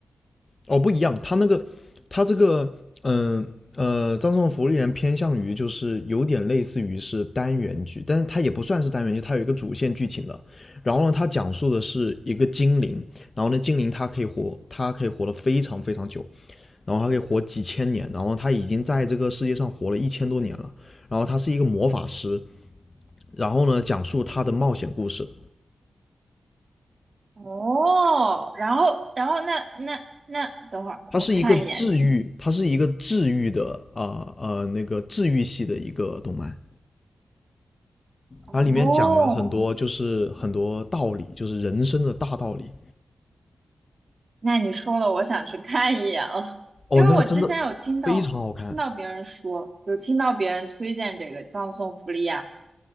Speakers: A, on the left; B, on the right.
A: 哦，不一样，他那个他这个嗯呃葬送福利人偏向于就是有点类似于是单元剧，但是它也不算是单元剧，它有一个主线剧情的。然后呢，它讲述的是一个精灵，然后呢，精灵它可以活，它可以活得非常非常久，然后它可以活几千年，然后它已经在这个世界上活了一千多年了。然后他是一个魔法师，然后呢，讲述他的冒险故事。
B: 哦，然后，然后那那那，等会儿我看一眼是
A: 它是一个治愈，它是一个治愈的啊呃呃那个治愈系的一个动漫。
B: 哦，
A: 它里面讲了很多，就是很多道理，就是人生的大道理。
B: 那你说了，我想去看一眼了，
A: 哦，
B: 因为我之前有听到听到别人说，
A: 那个真的非常好看。
B: 有听到别人推荐这个葬送福利亚，